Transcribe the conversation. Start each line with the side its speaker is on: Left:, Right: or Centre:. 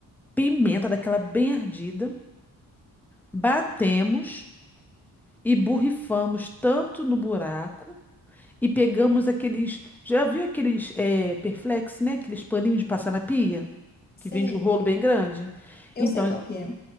Centre: pimenta daquela bem ardida, batemos e borrifamos tanto no buraco e pegamos aqueles, já viu aqueles eh, Perflex, né? Aqueles paninhos de passar na pia,
Left: Sei,
Centre: que vende um rolo bem grande.
Left: eu
Centre: Então,
Left: sei qual que é.